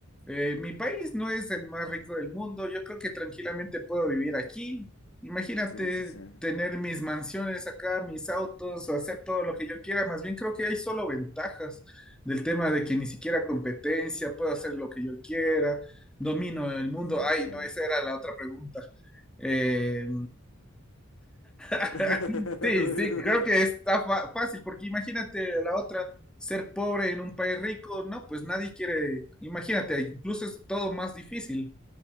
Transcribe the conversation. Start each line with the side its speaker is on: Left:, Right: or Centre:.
Centre: eh, mi país no es el más rico del mundo, yo creo que tranquilamente puedo vivir aquí. Imagínate
Left: Sí, sí, sí.
Centre: tener mis mansiones acá, mis autos, hacer todo lo que yo quiera, más bien creo que hay solo ventajas del tema de que ni siquiera competencia, puedo hacer lo que yo quiera, domino el mundo.
Left: Sí,
Centre: Ay,
Left: sí.
Centre: no, esa era la otra pregunta. Eh, <laughs>
Left: <laughs>
Centre: Sí, sí, creo que está fa- fácil, porque imagínate la otra, ser pobre en un país rico, no, pues nadie quiere, imagínate, incluso es todo más difícil.